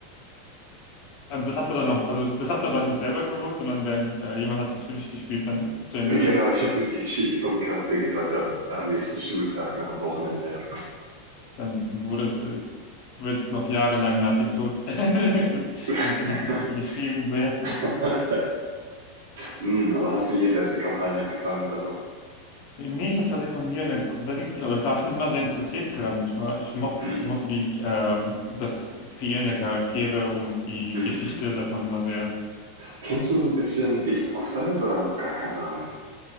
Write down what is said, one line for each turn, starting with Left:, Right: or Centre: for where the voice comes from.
Left: Und das hast du dann noch also das hast du aber nicht selber gerollt, sondern dein, äh, jemand hat das für dich gespielt dann zu Ende.
Right: Genau, ich habe nur die Geschichte vom Charakter gehört am, am nächsten Schultag, nach dem Wochenende.
Left: Dann wurde es, äh, wird es noch jahrelang nach dem Tod <laughs> wird,
Right: Ja.
Left: wird diese Geschichte geschrieben werden.
Right: <laughs> hm, aber hast du je selbst eine Kampagne angefangen oder so?
Left: Nee, ich habe tatsächlich noch nie eine komplette gespielt, aber ich war schon immer sehr interessiert daran. Ich war, ich moch,
Right: Hm.
Left: mochte die, äh, das Kreieren der Charaktere und die
Right: hm,
Left: Geschichte
Right: hm.
Left: davon immer sehr.
Right: Kennst du so ein bisschen dich aus damit oder noch gar keine Ahnung?